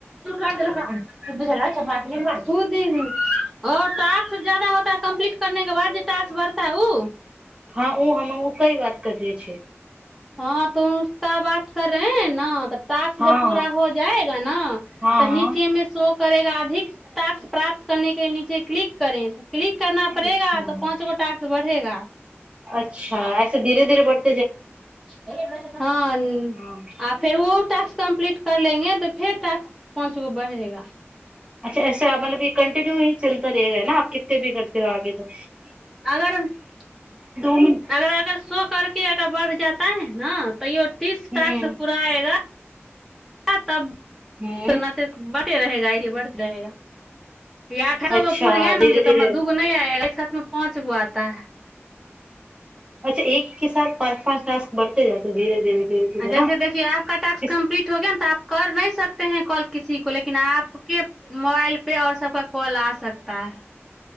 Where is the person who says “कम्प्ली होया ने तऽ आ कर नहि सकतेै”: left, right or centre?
Centre